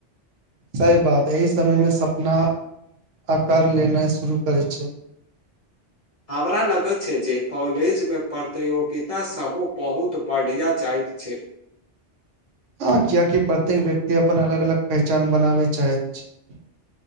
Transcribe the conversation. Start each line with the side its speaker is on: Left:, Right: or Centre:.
Right: सही बात है ई तब ओहिमे सपना आकार लेनाइ शुरू करैत छै
Left: हमरा लगैत छै जे कॉलेजमे प्रतियोगिता सेहो बहुत बढ़िया जाइत छै
Right: हँ कियाकी प्रत्येक व्यक्ति अपन अलग अलग पहचान बनाबै चाहैत छै